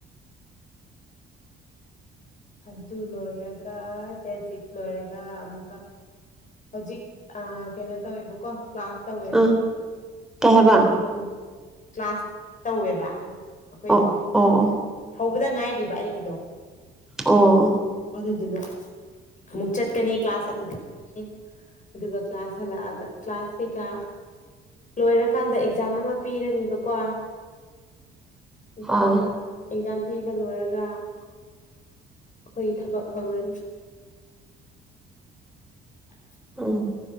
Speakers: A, on the left (about 40°); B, in the centre.
A: ꯑꯗꯨ ꯂꯣꯏꯔꯒ ꯗꯦꯠ ꯁꯤꯛꯁ ꯂꯣꯏꯔꯒ ꯑꯃꯨꯛꯀ ꯍꯧꯖꯤꯛ ꯀꯩꯅꯣ ꯇꯧꯋꯦꯕꯀꯣ ꯀ꯭ꯂꯥꯁ ꯇꯧꯋꯦꯕ
B: ꯑꯥ ꯀꯩ ꯍꯥꯏꯕ
A: ꯑꯗꯨ ꯀ꯭ꯂꯥꯁ ꯇꯧꯋꯦꯕ ꯑꯩꯈꯣꯏꯗꯣ
B: ꯑ ꯑꯣ ꯑꯣ
A: ꯍꯧꯕꯗ ꯉꯥꯏꯔꯤꯕ ꯑꯩꯒꯤꯗꯣ
B: ꯑꯣ
A: ꯑꯗꯨꯗꯨꯅ ꯑꯃꯨꯛ ꯆꯠꯀꯅꯤ ꯀ꯭ꯂꯥꯁ ꯑꯃꯨꯛ ꯆꯠꯀꯅꯤ ꯑꯗꯨꯒ ꯀ꯭ꯂꯥꯁ ꯍꯜꯂꯛꯑꯒ ꯀ꯭ꯂꯥꯁ ꯀꯩꯀꯥ ꯂꯣꯏꯔꯀꯥꯟꯗ ꯑꯦꯛꯖꯥꯝ ꯑꯃ ꯄꯤꯔꯅꯤꯕꯀꯣ ꯎꯗꯨꯀ
B: ꯑꯥ
A: ꯑꯦꯛꯖꯥꯝ ꯄꯤꯕ ꯂꯣꯏꯔꯒ ꯑꯩꯈꯣꯏꯒꯤ ꯊꯕꯛ ꯍꯧꯔꯅꯤ <unintelligible>
B: ꯑꯣ